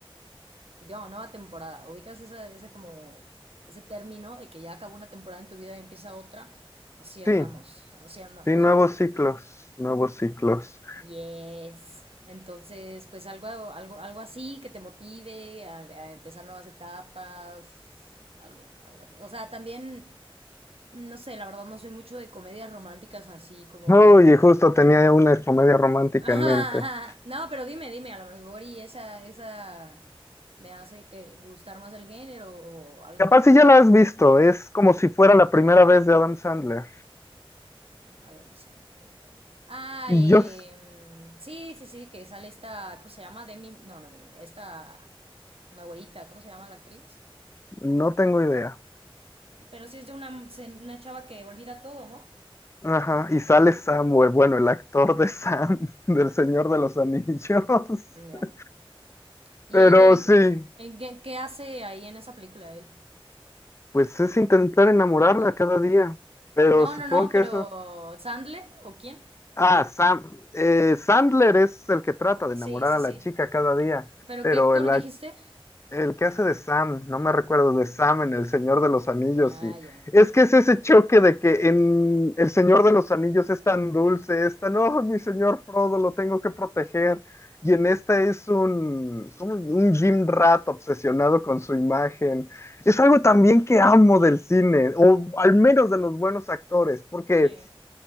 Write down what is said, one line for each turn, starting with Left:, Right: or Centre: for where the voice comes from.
Right: Digamos, nueva temporada. Ubicas esa, ese como, ese término de que ya acabó una temporada en tu vida y empieza otra. Así andamos,
Left: Sí,
Right: así andamos.
Left: sí, nuevos ciclos, nuevos ciclos.
Right: Yes. Entonces, pues algo, algo, algo así que te motive a, a empezar nuevas etapas, algo, algo así. O sea, también, no sé, la verdad no soy mucho de comedias románticas así como
Left: Oye,
Right: muy...
Left: justo tenía una comedia romántica
Right: <laughs>
Left: en mente.
Right: No, pero dime, dime, a lo mejor y esa, esa me hace que gustar más el género o algo,
Left: Capaz
Right: pero... a ver.
Left: si ya la has visto, es como si fuera la primera vez de Adam Sandler.
Right: Adam Sandler. Ah,
Left: Y
Right: eh,
Left: yo s-
Right: sí, sí, sí, que sale esta, ¿cómo se llama? Demi, no, no es Demi Moore, esta, una güerita, ¿cómo se llama la actriz?
Left: no tengo idea.
Right: Pero sí es de una, una chava que olvida todo, ¿no?
Left: Ajá, y sale Samuel, bueno, el actor de Sam, <laughs> del Señor de los Anillos. <laughs>
Right: Ya. ¿Y
Left: Pero
Right: él, él
Left: sí.
Right: qué, en qué- qué hace ahí en esa película él?
Left: Pues es intentar enamorarla cada día, pero
Right: No,
Left: supongo
Right: no, no,
Left: que
Right: pero
Left: eso...
Right: ¿Sandler o quién?
Left: Ah, Sam, eh, Sandler es el que trata de
Right: Sí,
Left: enamorar
Right: sí,
Left: a
Right: sí.
Left: la chica cada día,
Right: ¿Pero
Left: pero
Right: qué actor
Left: el, ac-
Right: dijiste?
Left: el que hace de Sam, no me recuerdo, de Sam en El Señor de los Anillos.
Right: Ah,
Left: Y
Right: ya.
Left: es que es ese choque de que en El Señor de los Anillos es tan dulce, es tan, oh, mi señor Frodo, lo tengo que proteger. Y en esta es un, como un Jim Rat obsesionado con su imagen. Es algo también que amo del cine, o al menos de los buenos actores, porque
Right: Sí.